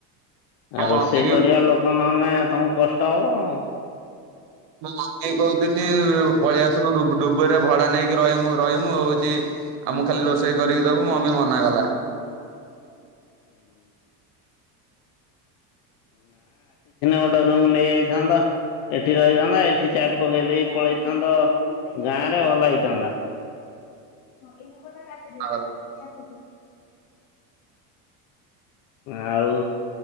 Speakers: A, on the right; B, on the left.
A: ମୋ
B: ଆ ରୋଷେଇ
A: ମମି କି
B: କରିବା ଲୋକ ନହେଲେ ତମକୁ କଷ୍ଟ ହବ।
A: ମୁଁ ବଙ୍କେଇ କହୁଥିଲି ପଳେଇଆସୁନୁ ଡୁବୁ ଡୁବୁରୀରେ ଭଡା ନେଇକି କି ରହିମୁ ରହିମୁ ହଉଛି
B: <unintelligible> ହୁଁ।
A: ଆମକୁ ଖାଲି ରୋଷେଇ
B: ନା
A: କରିକି ଦବୁ
B: ଆସିିଥିନେ
A: ମମି ମନା କଲା
B: ଗୋଟେ ରୁମ ନେଇ ଯାଇଥାନ୍ତ। ଏଠି ରହିଥାନ୍ତ ଏଠି ଚାବି ପକେଇ ଦେଇକି ପଳେଇଥାନ୍ତ ଗାଁରେ ଭଲ ହେଇଥାନ୍ତା। ହଁ ଏଇ ନମ୍ବରଟା <unintelligible>
A: ମନା କଲା
B: ଆଉ